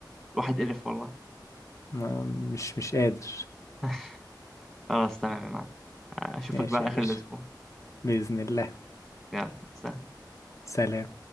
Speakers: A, in the centre; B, on the left.
A: الواحد قرف والله
B: ما مش مش قادر
A: <laughs> خلاص تمام يا معلم اشوفك
B: ماشي
A: بقى
B: يا
A: اخر
B: باشا
A: الاسبوع
B: بإذن الله
A: يلا سلام
B: سلام